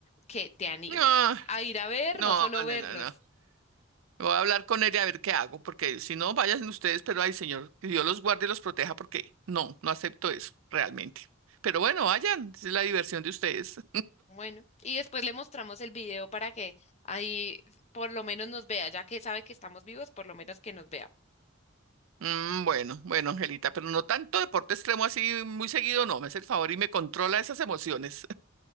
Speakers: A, on the left; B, on the right.
A: que te animes
B: No,
A: a ir a ver,
B: no,
A: no solo
B: no,
A: vernos.
B: no, no. Voy a hablar con él y a ver qué hago, porque si no, vayan ustedes, pero ay, señor, que Dios los guarde y los proteja, porque no, no acepto eso, realmente. Pero bueno, vayan, esa es la diversión de ustedes.
A: Bueno, y después le mostramos el video para que ahí por lo menos nos vea, ya que sabe que estamos vivos, por lo menos que nos vea.
B: Mm, bueno, bueno, Angelita, pero no tanto deporte extremo así muy seguido, no, me hace el favor y me controla esas emociones.